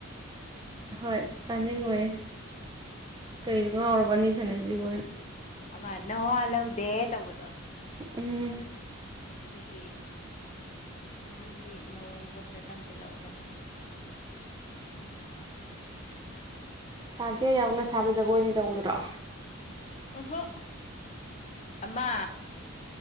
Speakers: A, on the right; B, on the left.
A: ꯍꯣꯏ ꯇꯥꯅꯤꯡꯉꯣꯏꯌꯦ ꯀꯩꯅꯣ ꯉꯥꯎꯔꯕ ꯑꯅꯤ ꯁꯥꯟꯅꯁꯤꯕꯣꯅ
B: ꯑꯃ ꯅꯋꯣ ꯂꯧ ꯗꯦ ꯇꯧꯕꯗꯣ
A: ꯎꯝ
B: ꯑꯗꯨꯒꯤ ꯑꯗꯨꯒꯤ ꯃꯑꯣꯡꯗꯣ ꯇꯝꯁꯤꯜꯂꯛꯎꯗꯅ
A: ꯁꯥꯒꯦ ꯌꯥꯎꯅ ꯁꯥꯕ ꯖꯒꯣꯏꯅꯤ ꯇꯧꯗ꯭ꯔꯣ
B: ꯑꯍꯣ ꯑꯃ